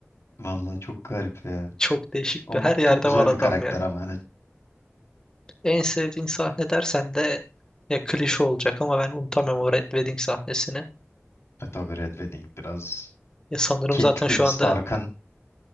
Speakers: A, on the left; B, on the left.
A: Vallahi çok garip ya.
B: Çok değişik
A: O
B: bir her yerde
A: çok güzel
B: var adam
A: bir karakter
B: ya.
A: ama hani
B: En sevdiğin sahne dersen de ya klişe olacak ama ben unutamam o Red Wedding sahnesini.
A: Beto Red Wedding biraz
B: Ya sanırım
A: Catelyn
B: zaten şu
A: Stark'ın
B: anda